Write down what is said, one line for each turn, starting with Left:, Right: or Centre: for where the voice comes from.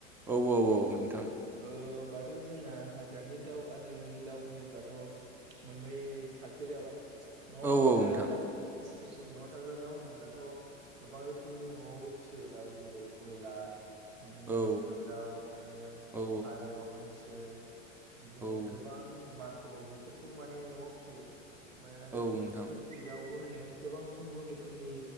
Centre: औ औ औ नोंथां
Right: ओ होमबाथ' जोंना हाग्रानि दाउ आरो ननि दाउ होनोब्लाथ' मोननै थाखो जाबाय न'आव
Centre: औ
Right: थाग्राया
Centre: औ नोंथां
Right: दाउ बेसे न'आव थाग्रा दाउ होनोब्लाथ' गोबां रोखोमनि न'आवबो फिसियो दाउ जेरै ब्रयलार बिदिनो
Centre: औ
Right: लकेल दाउ आरो
Centre: औ
Right: फारौ हांसो बिदिनो
Centre: औ
Right: गोबां बाथ' बेफोरखौ माने न'आव फियो आरो
Centre: औ नोंथां
Right: थुरकि दाउ बो होनो गोबां गुबुन गुबुन रोखोमनि